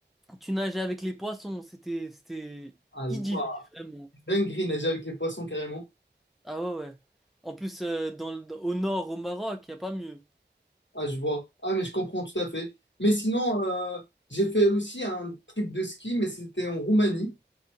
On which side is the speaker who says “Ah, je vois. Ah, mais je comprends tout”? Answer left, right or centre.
Left